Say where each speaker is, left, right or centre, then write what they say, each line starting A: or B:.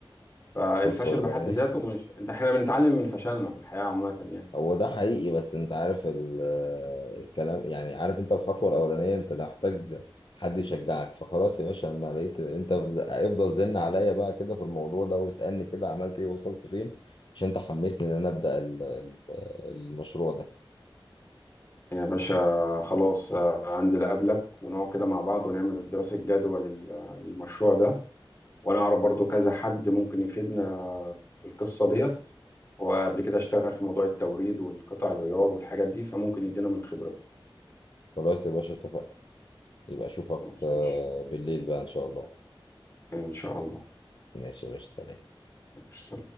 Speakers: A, on the left; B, on the left.
A: فالفشل
B: بص والله
A: بحد ذاته
B: <laughs>
A: مش أنت إحنا بنتعلم من فشلنا في الحياة عامة يعني
B: هو ده حقيقي بس انت عارف ال- الكلام يعني عارف انت الخطوة الأولانية انت ده محتاج حد يشجعك فخلاص يا باشا انا لقيت انت افضل زن عليا بقى كده في الموضوع ده واسألني كده عملت ايه وصلت فين عشان انت حمسني ان انا ابدأ ال- ال- المشروع ده
A: يا باشا خلاص آه، هنزل أقابلك ونقعد كده مع بعض ونعمل دراسة جدوى لل- للمشروع ده وأنا أعرف برضو كذا حد ممكن يفيدنا بالقصة ديت وقبل كده اشتغل في موضوع التوريد والقطع الغيار والحاجات دي فممكن يدينا من خبرته
B: خلاص يا باشا اتفقنا يبقى اشوفك
A: خلاص
B: آه،
A: ماشي
B: بالليل بقى ان شاء الله
A: إن شاء الله
B: ماشي يا باشا سلام
A: ماشي